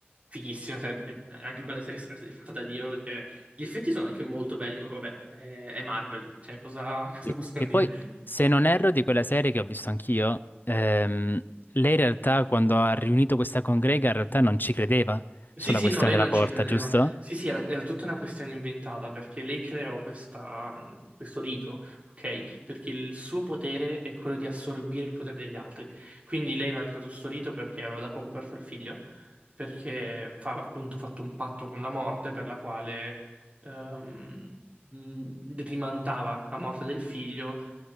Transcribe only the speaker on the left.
Sì,
Che
poi, se non erro, di quella serie che ho visto anch'io, ehm, lei in realtà quando ha riunito questa congrega in realtà non ci credeva
sulla
questione
della
porta,
giusto?